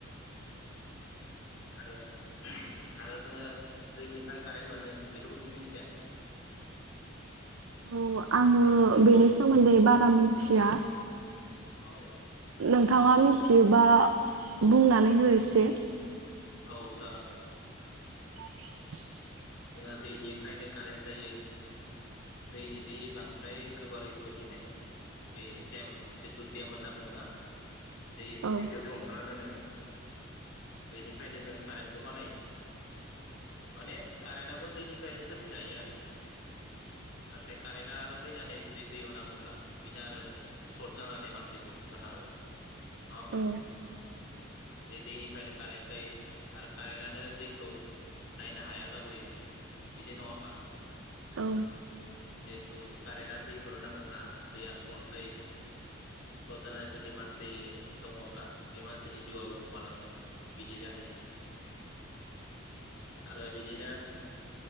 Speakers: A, on the left; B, on the right.
A: आरो आरो जोङो दैनिफ्राय कारेन्ट मोनो बेखौ मिथियो ना मिथिया
B: <inaudible> औ आङो बेनि सोमोन्दै बारा मिनथिया
A: औ
B: नोंथाङा
A: जोंनि
B: मिथियोबा बुंनानै हो एसे
A: औ जागोन दे
B: <inaudible>
A: जोङो दैनिफ्रायनो कारेन्ट जायो दैनि बे बांद्राय गोबारै बोहैनाय बे टेम जिथु टेम होनना बुङोना दै
B: औ
A: दैखौ जे हमथाना दोनो बैनिफ्रायनो जों कारेन्टखौ बानायो माने कारेन्टआबो दैनिफ्रायनो सोरजि जायो आरो नाथाय कारेन्टआ आरो फैनानै जुदि दैयाव नाङोब्ला बिनो आरो सर्ट जानानै मानसिखौ बु ना हागौ नङा होमबा
B: औ
A: बे दैनिफ्रायनो कारेन्ट जायो आरो कारेन्टानो दैखौ नायनो हाया जाबोयो बिदि नङा होमबा
B: औ
A: जिथु कारेन्टा दैफोराव नाङोब्ला दैया सर्ट जायो सर्ट जानानै जुदि मानसि दङब्ला बे मानसिनि जिउआबो गोमालांगोन बिदि जाहैयो
B: <inaudible>
A: आरो बिदिनो